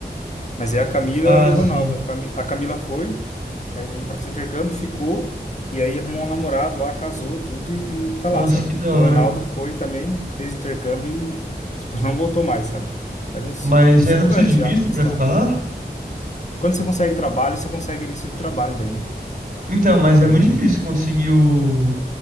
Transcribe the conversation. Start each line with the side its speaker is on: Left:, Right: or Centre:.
Left: Mas é a Camila
Right: Ah,
Left: e o
Right: sim.
Left: Ronaldo. A Cami- a Camila foi. Aí pra fazer intercâmbio, ficou. E aí arrumou um namorado lá, casou, tudo e, e tá
Right: Nossa,
Left: lá, sabe?
Right: que da
Left: O
Right: hora.
Left: Ronaldo foi também, fez intercâmbio e, tipo, <laughs> não voltou mais, sabe? Faz uns,
Right: Mas
Left: uns
Right: é,
Left: cinco
Right: não precisa
Left: anos
Right: de
Left: já
Right: visto
Left: que eles
Right: pra
Left: estão
Right: ficar
Left: lá.
Right: lá?
Left: Quando você consegue trabalho, você consegue visto de trabalho daí, né?
Right: Então, mas
Left: Daí.
Right: é muito difícil conseguir o...